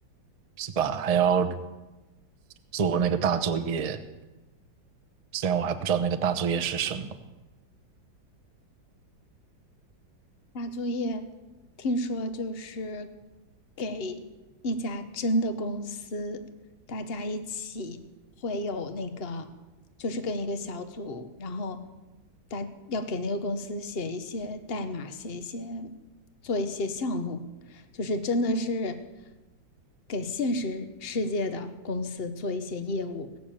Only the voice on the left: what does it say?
大作业，听说就是给一家真的公司，大家一起会有那个，就是跟一个小组，然后大要给那个公司写一些代码，写一些做一些项目，就是真的是给现实世界的公司做一些业务，